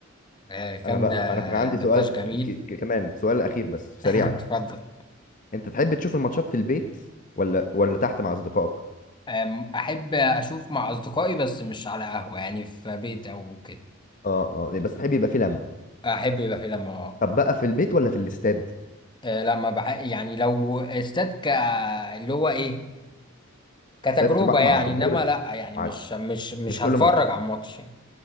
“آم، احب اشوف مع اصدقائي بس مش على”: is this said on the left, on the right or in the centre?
Left